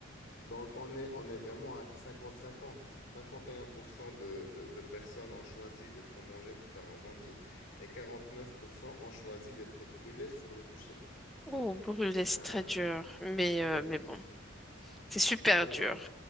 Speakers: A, on the left; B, in the centre.
A: Donc, on est, on est vraiment à 50-50. 51% de, de, de personnes ont choisi d'être mangées par un zombie et 49% ont choisi d'être brûlées sur le bûcher.
B: Oh, brûlé,
A: Euh,
B: c'est très dur. Mais, euh,
A: eh oui.
B: mais bon, c'est super
A: Alors,
B: dur,